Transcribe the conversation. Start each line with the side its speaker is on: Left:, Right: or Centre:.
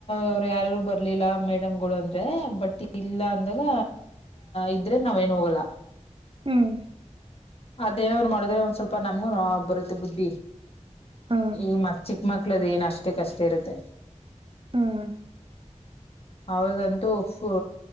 Left: ಅವರು ಯಾರಾರು ಬರ್ಲಿಲ್ಲ ಮೇಡಮ್ಗಳು ಅಂದ್ರೆ ಬಟ್ ಇಲ್ಲ ಅಂದಾಗ. ಇದ್ರೆ ನಾವೇನು ಹೋಗಲ್ಲ.
Right: ಹ್ಮ್
Left: ಅದೇನಾದ್ರು ಮಾಡಿದ್ರೆ ಸ್ವಲ್ಪ ನಮ್ಗೂ ಕ್ನೊ ಬರುತ್ತೆ ಬುದ್ಧಿ.
Right: ಹ
Left: <unintelligible> ಚಿಕ್ ಮಕ್ಲುದು ಅಷ್ಟಕಷ್ಟೇ ಇರುತ್ತೆ.
Right: ಹ್ಮ್
Left: ಅವ್ರಗಂತೂ ಫ